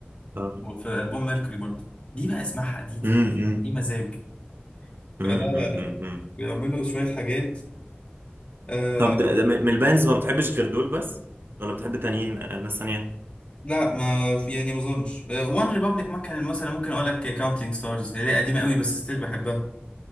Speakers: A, on the right; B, on the left.
A: طب
B: في البوم ميركوري برضه دي بقى اسمعها دي دي
A: امم امم
B: دي مزاج
A: امم
B: لا لا
A: امم
B: لا لا
A: أمم، أمم.
B: بيعملوا شوية حاجات آه
A: طب ده ده من من البانز ما بتحبش غير دول بس ولا بتحب تانيين آه، ناس تانية
B: لا ما في يعني ما اظنش وان ريبابليك ما كان مثلا ممكن اقول لك كاونتينج ستارز اللي هي قديمه قوي بس ستيل بحبها